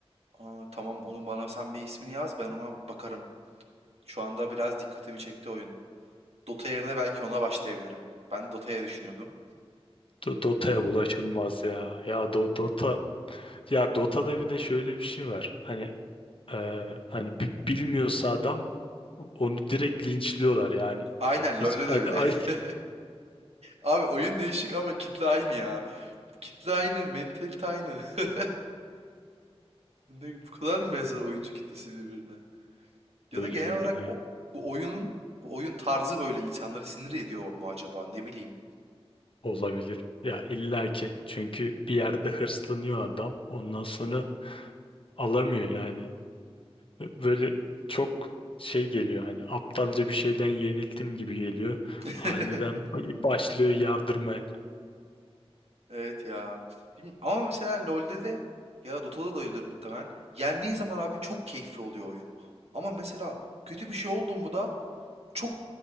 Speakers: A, on the right; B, on the left.
A: Aa, tamam onu bana sen bir ismini yaz ben ona bakarım. Şu anda biraz dikkatimi çekti oyun. Dota yerine belki ona başlayabilirim. Ben Dota'ya düşünüyordum.
B: Do- Dota'ya bulaşılmaz ya. Ya Do- Dota ya Dota'da bir de şöyle bir şey var. Hani e, hani bi- bilmiyorsa adam onu direkt linçliyorlar yani.
A: Aynen
B: Hiç
A: LoL'de de
B: a-
A: öyle.
B: a-
A: <laughs> Abi oyun değişik ama kitle aynı ya. Kitle aynı, mentalite aynı. <laughs> Ne, bu kadar mı benzer
B: <laughs>
A: oyuncu kitlesi birbirine? Ya
B: öyle
A: da genel
B: görünüyor.
A: olarak o- bu oyunun bu oyun tarzı böyle insanları sinir ediyor mu acaba? Ne bileyim.
B: Olabilir. Ya illaki. Çünkü bir yerde hırslanıyor adam. Ondan sonra alamıyor yani. Böyle çok şey geliyor hani aptalca bir şeyden yenildim gibi geliyor.
A: <laughs>
B: Aniden başlıyor yardırmaya.
A: Evet ya. Bilmiyorum. Ama mesela LoL'de de ya da Dota'da da öyledir muhtemelen. Yendiğin zaman abi çok keyifli oluyor oyun. Ama mesela kötü bir şey oldu mu da çok